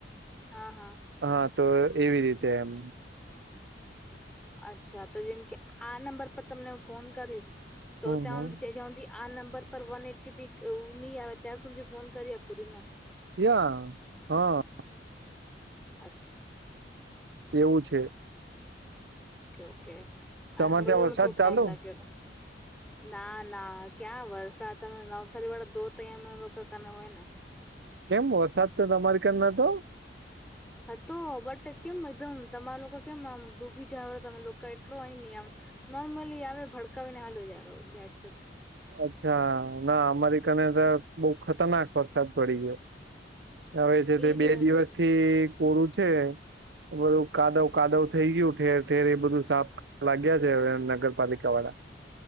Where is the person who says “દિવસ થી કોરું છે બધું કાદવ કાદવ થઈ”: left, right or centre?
Right